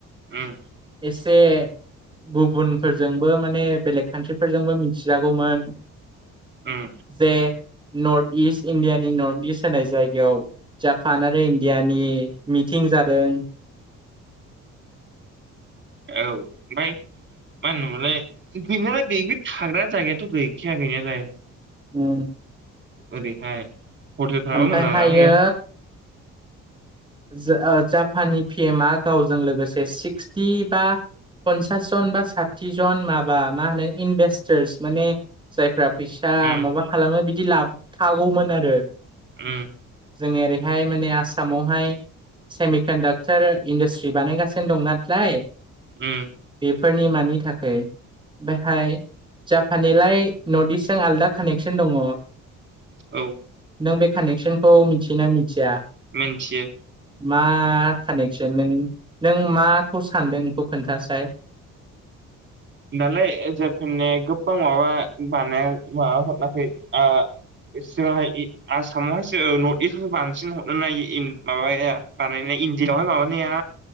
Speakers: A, on the right; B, on the right.
A: उम
B: एसे गुबुनफोरजोंबो माने बेलेग कान्ट्रिफोरजोंबो मिथिजागौमोन।
A: उम
B: जे नर्थ इस्ट इण्डियानि नर्थ इस्ट होननाय जायगायाव जापान आरो इण्डियानि मिथिं जादों।
A: औ ओमफ्राय मा होनोमोनलाय गैनायालाय बे थाग्रा जायगायाथ' गैखाया गैनायालाय।
B: ओम
A: ओरैहाय हटेलफ्राबो
B: ओमफ्रायहायो
A: मोजां मोजाङानो गैया
B: जो ओ जापाननि पिएमआ गावजों लोगोसे सिक्सटि बा पनसास जन बा साथिजन माबा मा होनो इनभेस्टार्स माने जायफ्रा फैसा
A: उम
B: माबा खालामो बिदि लाबोफागौमोन आरो
A: ओम
B: जोंनि ओरैहाय माने आसामावहाय सेमिकणडाक्टार इडासट्रि बानायगासिनो दं नालाय
A: उम
B: फोरनिमानि थाखै बेहाय जापाननिलाय नर्थ इस्टजों आलदा कानेक्सन दङ
A: औ
B: नों बे कानेकसनखौ मिथियोना मिथिया
A: मोन्थियो
B: मा कानेकसन नों नों माखौ सानदों बेखौ खोनथासाय <inaudible>
A: दालाय जापाननि गोबां माबा बानाया माबा ओ सिगांहाय आसामावहायसो नर्थ इस्त आवसो बांसिन हरनो नाय माबाया बानायनाय इण्डिआवहाय माबानाया